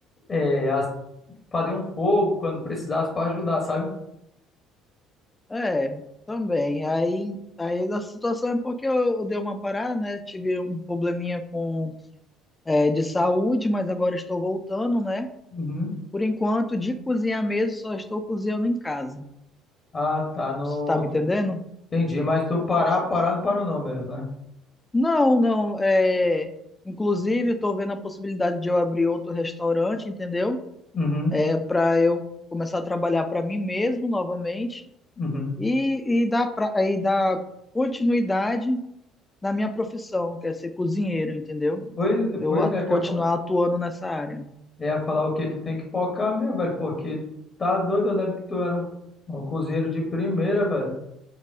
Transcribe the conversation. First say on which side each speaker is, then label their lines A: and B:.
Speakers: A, on the left; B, on the left.
A: é, as- fazer um fogo quando precisasse pra ajudar, sabe?
B: É, também. Aí, aí a situação é porque eu, eu dei uma parada, né? Tive um probleminha com é, de saúde, mas agora estou voltando, né?
A: Uhum.
B: Por enquanto, de cozinhar mesmo, só estou cozinhando em casa.
A: Ah, tá, no...
B: Você tá me
A: tu-
B: entendendo?
A: entendi, mas tu parar, parar não parou não mesmo, né?
B: Não, não. É, inclusive, estou vendo a possibilidade de eu abrir outro restaurante, entendeu?
A: Uhum,
B: É para eu começar a trabalhar para mim mesmo novamente
A: uhum.
B: e, e dar pra, e dar continuidade na minha profissão, que é ser cozinheiro, entendeu?
A: Pois,
B: eu
A: pois
B: atu-
A: é que
B: continuar
A: eu,
B: atuando nessa área.
A: É falar o que tu tem que focar mesmo, velho, porque tá doido, eu lembro que tu era um, um cozinheiro de primeira, velho.